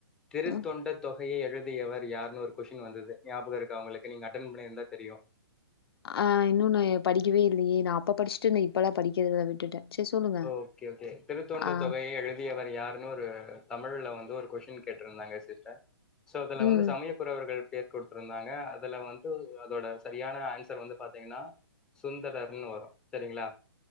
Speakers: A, in the centre; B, on the left (about 65°).
A: திருத்தொண்ட
B: ம்
A: தொ கதயை எழுதியவர் யாருன்னு ஒரு கொஷ்டின் வந்தது ஞாபகம் இருக்கு வுங்களுக்கு நீங்க அட்டன் பண்ணியிருந்தா தெரியும்
B: ஆஹ் இன்னும்ன்னு எ படிக்கவே இல்லையே நான் அப்ப படிச்சுட்டு நான் இப்பல்லாம் படிக்கிறத விட்டுட்டேன் சரி சொல்லுங்க
A: ஓகே ஓகே திருத்தொண்டு
B: ஆ
A: தொகையை எழுதியவர் யாருன்னு ஒரு தமிழ்ல வந்து ஒரு கொஷின் கேட்டிருந்தாங்க சிஸ்டர் சோ அதுல
B: ம்
A: வந்து சமயக்குறவர்கள் கே கொடுத்திருந்தாங்க அதுல வந்து அதோட செரியான ஆன்சர் வந்து பாத்தீங்கன்னா சுந்தரர்ன்னு வரும் சரிங்களா